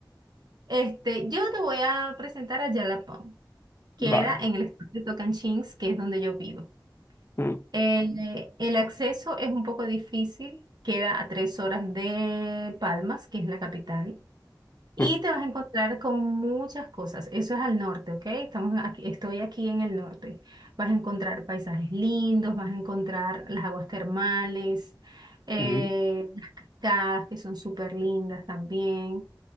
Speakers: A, on the right; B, on the left.
A: Este, yo te voy a presentar a Jalapão. Queda
B: Vale.
A: en el estado de Tocantins, que es donde yo vivo.
B: Mm,
A: Eh, el acceso es un poco difícil, queda a tres horas de Palmas, que es la capital. Y
B: mm,
A: te vas a encontrar con muchas cosas. Eso es al norte, ¿ok? Estamos aquí, estoy aquí en el norte. Vas a encontrar paisajes lindos, vas a encontrar las aguas termales, eh,
B: mm.
A: las cascadas que son súper lindas también.